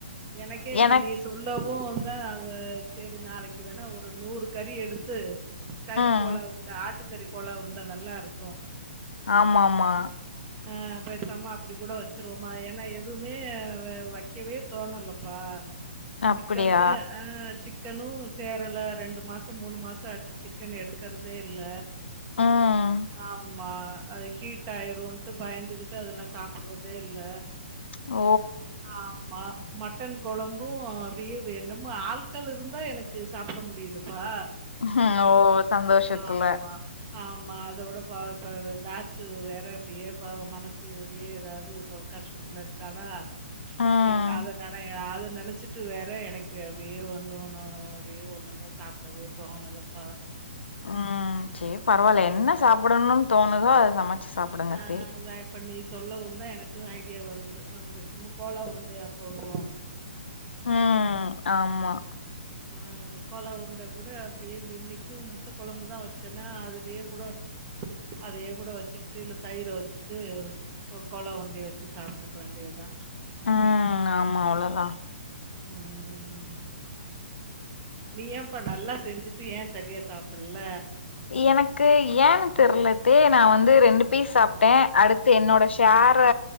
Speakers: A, on the right; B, on the left.
A: எனக்கே இப்ப
B: எனக்
A: நீ சொல்லவ் ஓ ந்த அவ சேரி நாளைக்கு வேணா ஒரு நூறு கறி எடுத்து கறி
B: ம்
A: கோலா உருண்ட ஆட்டுக் ஆட்டுகறி கோலா உருண்ட நல்லாருக்கு
B: ஆம்மாம்மா
A: ஆ பேசாம அப்பிடி கூட வச்சருவோமா ஏன்னா எதுவுமே வ வைக்கவே தோணலப்பா
B: அப்டியா?
A: சிக்கனு ஆ சிக் சிக்கனு சேரல ரெண்டு மாசோ மூணு மாசோ ஆச்சு சிக்கன் எடுக்கறதே இல்ல
B: ம்.
A: ஆமா அது ஹீட் ஆயிருன்டு பயந்துகிட்டு அத நா சாப்படுறதே இல்ல
B: ஓ!
A: ஆமா மட்டன் கொழம்பூ அப்டியே வே என்னமோ ஆட்கள் இருந்தா எனக்கு சாப்பட முடியுதுப்பா
B: ஆ ஓ சந்தோஷத்துல
A: ஆமா. ஆமா அத விட பா இப்ப தாச்சு வேற அப்படியே பாவோ மனசு அப்படியே ஏதாவது இப்ப கஷ்டத்துல இருக்காலா
B: ம்.
A: எனக்கு அது <unintelligible> நினைச்சிட்டு வேற எனக்கு அப்படியே ஒண்ணு ஒண்ணு அப்படியே ஒண்ணுமே சாப்பிடவே தோணணலப்பா
B: ஆ சேரி பரவாயில்ல
A: ஆமா.
B: என்ன சாப்பிடனு தோணுதோ அத சமை சாப்பிடுங்க
A: ஆ
B: அதே
A: அதான் இப்ப நீ சொல்லவு தான் எனக்குனு ஐடியா வருது நம பேசாம கோலா உருண்டையா போடுவோ
B: ஆ ஆமா
A: ம் கோலா உருண்டை கூட அப்படியே இன்னைக்கு முட்டை கொழம்புதா வச்சேன்னா அதுலயே கூட அதையே கூட வச்சுக்கிட்டு இழு தயிர வச்சுட்டு ஒரு கோலா உருண்டய வச்சு சாப்பிட்டுக்க வேண்டியதுதா
B: ம் ஆமா அவ்ளோதா
A: ம் நீ ஏன்ப்பா நல்லா செஞ்சுட்டு ஏ சரியா சாப்பில்ல
B: எனக்கு ஏன்னு தெரிலத்த நா வந்து ரெண்டு பீஸ் சாப்பிட்ட அடுத்து என்னோட ஷேர